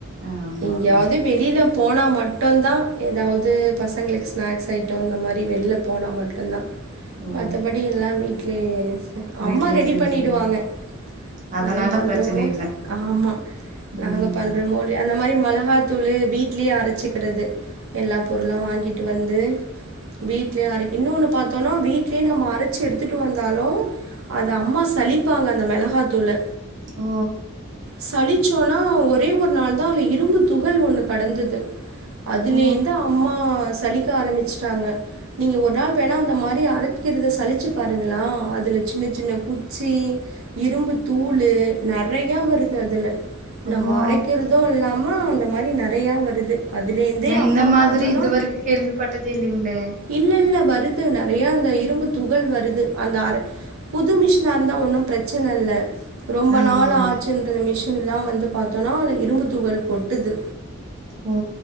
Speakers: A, on the right; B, on the right.
A: ஆமா
B: எங்கயாவது
A: ஆமா
B: வெளில போனா மட்டு தா ஏதாவது பசங்களுக்கு ஸ்நாக்ஸ் ஐட்ட இந்த மாதிரி வெளியில போனா கல்லா
A: ஓ
B: மத்தபடி எல்லா வீட்லயே
A: வீட்லயே
B: அம்மா ரெடி
A: செஞ்சுறீங்க
B: பண்ணிடுவாங்க
A: அதனால
B: நாங்க பண்றோமா
A: பிரச்சன இல்ல
B: அம்மா
A: ம்
B: நாங்க பண்றமோ இல்லயோ அந்த மாரி மொளகாத்தூளு வீட்லயே அரச்சிக்கிறது எல்லா பொருளு வாங்கிட்டு வந்து வீட்லயே அரைக்கனு இன்னொன்னு பாத்தோம்னா வீட்லயே நம்ப அரச்சு எடுத்துட்டு வந்தாலு அத அம்மா சலிப்பாங்க அந்த மிளகாத்தூள்ள
A: ஓ
B: சலிச்சோனா ஒரே ஒரு நாள் தா அதுல இரும்பு துகள் ஒண்ணு கடந்தது அதுலேந்து
A: ஓ
B: அம்மா சலிக்க ஆரம்பிச்சுட்டாங்க நீங்க ஒரு நாள் வேணா அந்த மாரி அரைக்கிறத சளிச்சு பாருங்களா அதுல சின்ன சின்ன குச்சி இரும்பு தூள் நெறைய வருது அதுல
A: ஓ
B: நம்ம அரைக்கிறது இல்லாம இந்த மாதிரி நெறையா வருது அதுலேந்தே
A: நா இந்த
B: அம்மா
A: மாதிரி
B: பாத்தோன்னா
A: இது வரைக்கும் கேள்விப்பட்டதே இல்லங்களே
B: இல்ல இல்ல வருது நெறையா அந்த இரும்பு துகள் வருது அந்த அரை புது மிஷின்னா இருந்தா ஒன்னு பிரச்சன இல்ல ரொம்ப
A: ஆமா
B: நாள் ஆச்சுன்றது மிஷின்லா வந்து பாத்தோன்னா அதுல இரும்பு துகள் கொட்டுது
A: ஓ